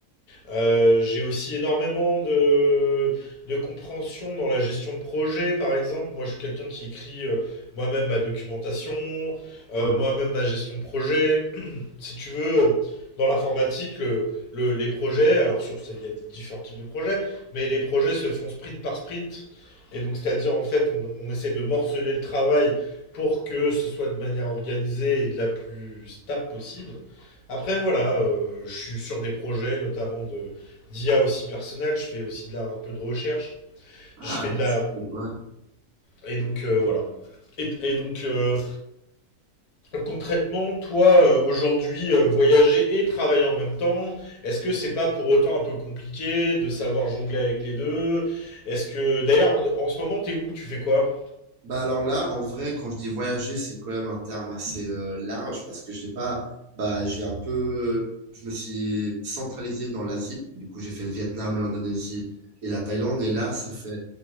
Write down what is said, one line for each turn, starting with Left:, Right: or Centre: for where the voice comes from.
Left: Euh, j'ai aussi énormément de, de compréhension dans la gestion de projet, par exemple. Moi, je suis quelqu'un qui écrit euh, moi-même ma documentation, euh,
Right: Ouais.
Left: moi-même ma gestion de projet si tu veux, dans l'informatique, le, le- les projets, alors sur, il y a différents types de projets, mais les projets se font sprint par sprint. Et donc, c'est-à-dire, en fait, on, on essaie de morceler le travail pour que ce soit de manière organisée et de la plus stable possible. Après, voilà, euh, je suis sur des projets, notamment de d'IA aussi personnel. Je fais aussi de la, un peu de recherche.
Right: Ah,
Left: Je fais de la.
Right: c'est cool. Ouais.
Left: Et donc, euh, voilà. Et, et donc, euh, Concrètement, toi, euh, aujourd'hui, euh, voyager et travailler en même temps, est-ce que c'est pas pour autant un peu compliqué de savoir jongler avec les deux? Est-ce que, d'ailleurs, en ce moment, t'es où? Tu fais quoi?
Right: Bah alors là, en vrai, quand je dis voyager, c'est quand même un terme assez euh, large parce que j'ai pas, bah j'ai un peu, je me suis centralisé dans l'Asie. Du coup, j'ai fait le Vietnam, l'Indonésie et la Thaïlande. Et là, ça fait